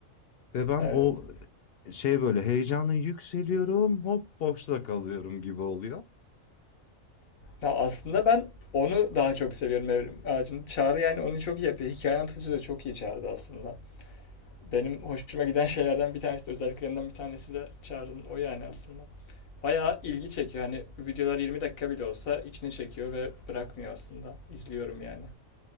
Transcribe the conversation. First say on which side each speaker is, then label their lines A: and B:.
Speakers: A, on the left; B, on the left.
A: Ve ben
B: Evet.
A: o e, şey böyle heyecanla yükseliyorum hop boşta kalıyorum gibi oluyor.
B: Ya aslında ben onu daha çok seviyorum Evrim Ağacı'nın. Çağrı yani onu çok iyi yapıyor. Hikaye anlatıcı da çok iyi Çağrı'da aslında. Benim hoşuma giden şeylerden bir tanesi de özelliklerinden bir tanesi de Çağrı'nın o yani aslında. Bayağı ilgi çekiyor. Hani videolar 20 dakika bile olsa içine çekiyor ve bırakmıyor aslında. İzliyorum yani.